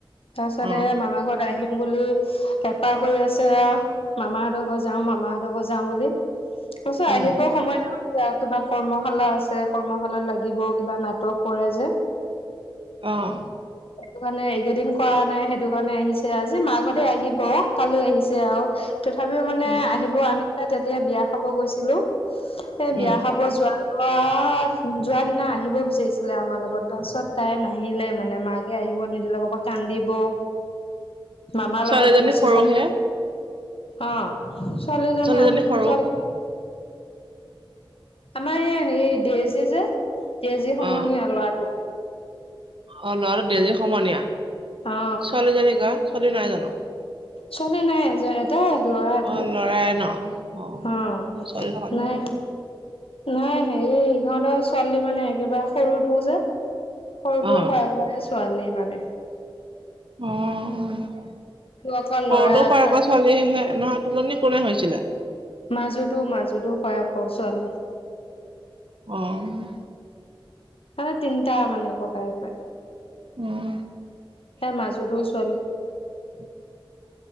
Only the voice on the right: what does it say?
অ
উম
উম।
উম
উম
ছোৱালীজনী
সৰুহে
ছোৱালীজনী
সৰু
অ
অ' ল'ৰাটো ডেইজী সমনীয়া,
ছোৱালীজনী কাৰ ছোৱালী নাই জানো?
অ লৰাই ন অ
ছোৱালী থকা নহয়
অ
উম, সৰুটো
খুৰাকৰ ছোৱালীহে নহয় তুলনি কোনে হৈছিলে?
অঁ'।
উম।
<unintelligible>